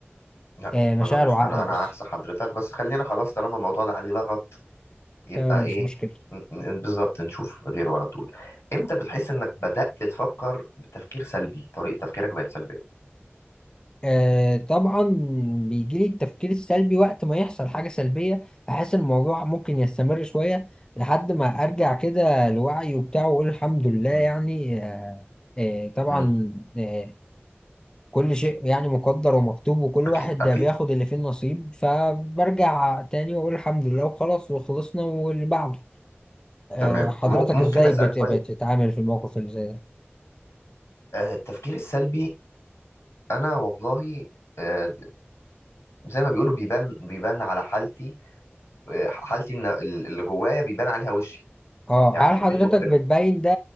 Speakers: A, on the left; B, on the left.
A: لا
B: ومشاعر
A: ما انا مش
B: وعقل
A: انا انا
B: بس
A: عكس حضرتك بس خلينا خلاص طالما الموضوع ده عليه لغط يبقى
B: تمام مش
A: ايه
B: مشكلة
A: ن- ن- بالظبط نشوف غيره على طول امتى بتحس انك بدأت تفكر بتفكير سلبي طريقة تفكيرك بقت سلبية
B: آه طبعا بيجي لي التفكير السلبي وقت ما يحصل حاجة سلبية أحس الموضوع ممكن يستمر شوية لحد ما أرجع كده لوعي وبتاع وأقول الحمد لله
A: مم.
B: يعني آه آه طبعا
A: مم.
B: آه كل شيء يعني مقدر ومكتوب وكل
A: اكيد
B: واحد
A: اكيد
B: ده بياخد اللي فيه النصيب فبرجع تاني وأقول الحمد لله وخلاص وخلصنا واللي بعده آه
A: تمام
B: حضرتك
A: م- ممكن
B: إزاي
A: اسألك
B: بت-
A: شوية
B: بتتعامل في الموقف اللي زي ده؟
A: آه، التفكير السلبي انا والله آه، زي ما بيقولوا بيبان بيبان على حالتي آه، حالتي إن اللي جوايا بيبان عليها وشي
B: اه
A: يعني
B: هل حضرتك
A: من, من
B: بتبين ده